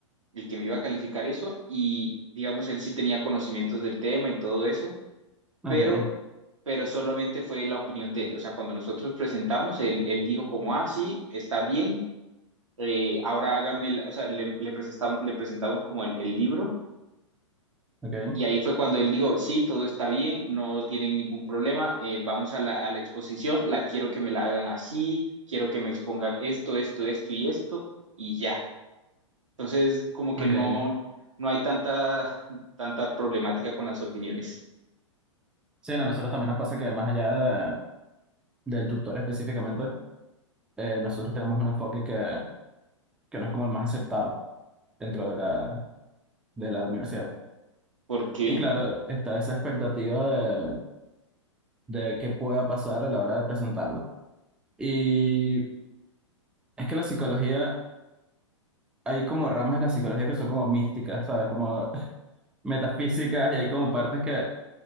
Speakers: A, on the right; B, in the centre.
A: el que me iba a calificar eso y digamos él sí tenía conocimientos del tema y todo eso,
B: ok,
A: pero pero solamente fue la opinión de él. O sea, cuando nosotros presentamos, él, él dijo como, ah, sí, está bien, eh, ahora hágame, la- o sea, le, le presentamos, le presentamos como el, el libro
B: ok,
A: y ahí fue cuando él dijo, sí, todo está bien, no tienen ningún problema, eh, vamos a la, a la exposición, la quiero que me la hagan así, quiero que me expongan esto, esto, esto y esto y ya. Entonces, como que
B: ok,
A: no,
B: ok.
A: no hay tanta, tanta problemática con las opiniones.
B: Sí, no, nosotros también nos pasa que más allá de- del tutor específicamente, eh, nosotros tenemos un enfoque que, que no es como el más aceptado dentro de la, de la universidad.
A: ¿Por qué?
B: Y claro, está esa expectativa de, de qué pueda pasar a la hora de presentarla. Y es que la psicología... hay como ramas de la psicología que son como místicas, ¿sabes? Como <laughs> metafísicas y hay como partes que,